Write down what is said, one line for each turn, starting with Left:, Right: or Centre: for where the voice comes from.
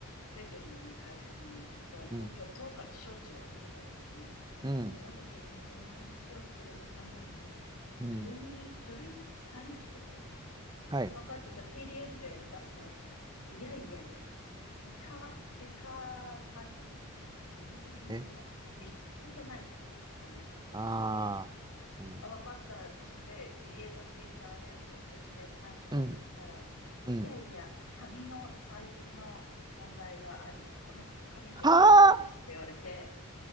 Left: 主人のね、会社もね、実は東京都から招致を受けたんですね。
Right: うん。うん。
Left: その時に、その話をするために、
Right: うん。
Left: 書類に、書類にねサインをしてくれと。
Right: はい。
Left: わかった、じゃあ PDF で出すねって言ったら、いやいやいや、じ、直、直サインじゃないと。直々のその、
Right: え、
Left: 実質じゃないとダメだっていうことで、
Right: ああ。うん。
Left: あ、わかったっつって、家のプリンターでプリントしてサインして送ったら、
Right: うん。うん。
Left: いやいや、紙のサイズの問題があり、この紙ではダメですって言われて、
Right: はあ、